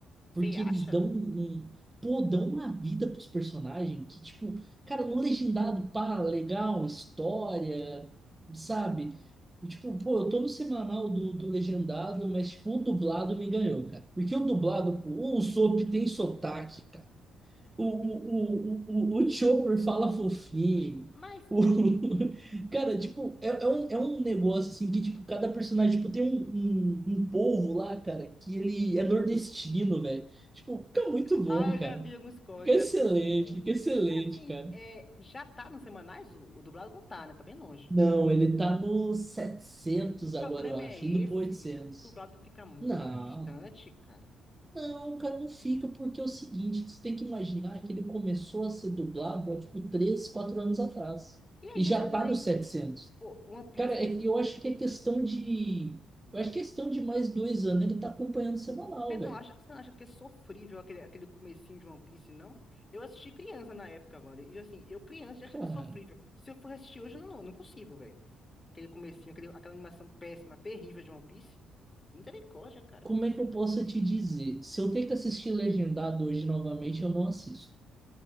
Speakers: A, on the left; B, on the right.
A: Você
B: Porque
A: acha,
B: eles dão
A: velho?
B: um. um- Pô, dão uma vida pros personagens que, tipo, cara, no legendado, pá, legal, história, sabe? E, tipo, pô, eu tô no semanal do, do legendado, mas, tipo, o dublado me ganhou, cara. Porque o dublado, pô, o Usopp tem sotaque, cara. O, o, o, o, o o Chopper fala fofinho.
A: Mas,
B: O... <laughs> Cara, tipo, é, é, um, é um negócio assim que, tipo, cada personagem, tipo, tem um, um, um povo lá, cara, que ele é nordestino, velho. Tipo, fica muito bom,
A: ah, eu
B: cara.
A: já vi alguns cortes,
B: Fica excelente,
A: já vi alguns cortes.
B: fica excelente,
A: É Assim,
B: cara.
A: é, já tá nos semanais? O, o dublado não tá, né? Tá bem longe.
B: Não, ele tá no 700
A: O problema
B: agora, eu acho,
A: é esse,
B: indo pro oitocentos
A: velho. O dublado fica muito
B: Não.
A: distante, cara.
B: Não, cara, não fica, porque é o seguinte, você tem que imaginar que ele começou a ser dublado há, tipo, 3 4 anos atrás.
A: E aí,
B: E já
A: esse
B: tá
A: daí,
B: nos 700.
A: pô, One Piece.
B: Cara, é que eu acho que é questão de... Eu acho que é questão de mais dois anos ele tá acompanhando semanal,
A: Você não
B: velho.
A: acha, você não acha que é sofrível aquele, aquele comecinho de One Piece, não? Eu assisti criança na época, mano. E assim, eu criança já
B: Cara,
A: achava sofrível. Se eu for assistir hoje, eu não, não, não consigo, velho. Aquele comecinho, aquele, aquela animação péssima, terrível de One Piece. Misericórdia, cara.
B: como é que eu posso te dizer? Se eu tenho que assistir Legendado hoje novamente, eu não assisto.